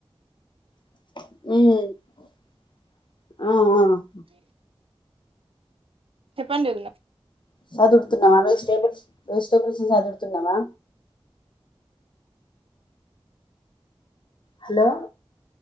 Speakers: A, on the left; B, on the right.
A: ఆ
B: ఫ చెప్పండి వదిన
A: <unintelligible> వెజిటేబుల్స్ వెజిటేబుల్స్ చదువుతున్నావా హలో